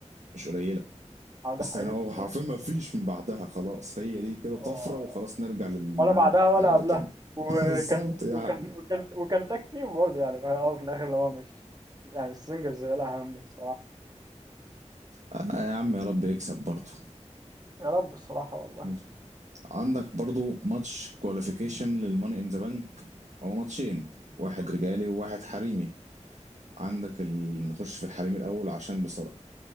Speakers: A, on the right; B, on the right.
A: مش قليلة
B: اه ده
A: بس
B: حقيقي
A: انا هو
B: اصلا
A: حرفيا ما فيش من بعدها خلاص هي دي كده
B: آه،
A: طفرة وخلاص نرجع للمود
B: ولا بعدها
A: بتاعه
B: ولا قبلها
A: ده تاني
B: وكان
A: <laughs> بالظبط يعني
B: وكان وكان وكان تاك تيم برضه يعني فا- اه في الأول وفي الاخر اللي هو مش يعني السنجلز هي الاهم بصراحه
A: آه يا عم يا رب يكسب برضه
B: يا رب الصراحه والله
A: ماشي. عندك برضو ماتش كواليفيكيشن للماني ان ذا بانك هو ماتشين واحد رجالي وواحد حريمي عندك ال... نخش في الحريمي الاول عشان بصراحة